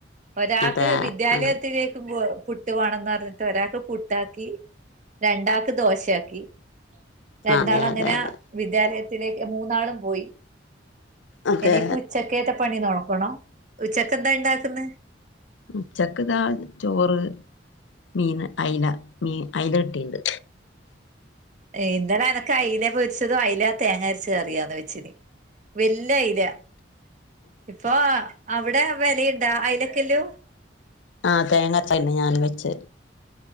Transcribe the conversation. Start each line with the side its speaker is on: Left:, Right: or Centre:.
Right: ഒരാൾക്ക്
Left: അതെ
Right: വിദ്യാലയത്തിലേക്കും
Left: ആ
Right: പുട്ട് വേണംന്ന് പറഞ്ഞിട്ട് ഒരാൾക്ക് പുട്ടാക്കി രണ്ടാൾക്ക് ദോശയാക്കി
Left: ആ
Right: രണ്ടാള്
Left: അതെ
Right: അങ്ങനെ
Left: അതെ അതെ
Right: വിദ്യാലയത്തിലേക്ക് മൂന്നാളും പോയി
Left: അതെ
Right: ഇനിയിപ്പോ ഉച്ചക്കേത്തെ പണി നോക്കണോ ഉച്ചക്കെന്താ ഉണ്ടാക്കന്ന്
Left: ഉചക്ക്താ ചോറ് മീൻ അയ്ല മീൻ അയ്ല ഇട്ടിണ്ട്
Right: ഇന്നലെ എനക്ക് അയ്ല പൊരിച്ചതും അയല തേങ്ങ അരിച്ച കറിയാന്ന് വെച്ചന് വല്ല്യ അയ്ല ഇപ്പൊ അവിടെ വെലയിണ്ടാ അയ്ലക്കല്ലു
Left: ആഹ് തേങ്ങരച്ച ന്നെ ഞാൻ വെച്ച്